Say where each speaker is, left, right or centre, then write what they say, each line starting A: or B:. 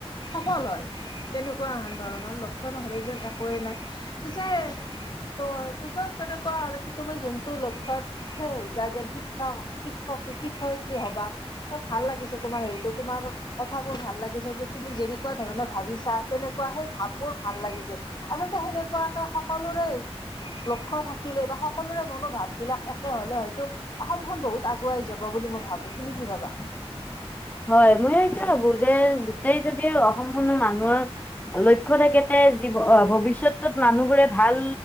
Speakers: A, on the left; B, on the left.
A: সফল হয়, তেনেকুৱা আন ধৰণৰ লক্ষণ হ'লে যেন একোৱে নাই। পিছে অঁ পিছত কেনেকুৱা হৈ আছে তোমাৰ যোনটো লক্ষত উপনীত হৈছা যেন শিক্ষক শিক্ষক শিক্ষয়িত্ৰীৰ হবা। অঁ, ভাল লাগিছে তোমাৰ হেৰিতো তোমাৰ। কথাবোৰ ভাল লাগিছে যে তুমি যেনেকুৱা ধৰণৰ ভাবিছা তেনেকুৱা সেই ভাব বোৰ ভাল লাগিছে। আচলতে সেনেকুৱাকে সকলোৰে লক্ষ্য থাকিলে বা সকলোৰে মনোভাৱ বিলাক একে হলে হয়তো অসমখন বহুত আগুৱাই যাব বুলি মই ভাবো, তুমি কি ভাবা?
B: হয়, মই সেইটোৱে ভাবো যে গোটেই যদি অসমখনৰ মানুহৰ লক্ষ্য থাকেতে যি অ ভৱিষ্যতত মানুহবোৰে ভাল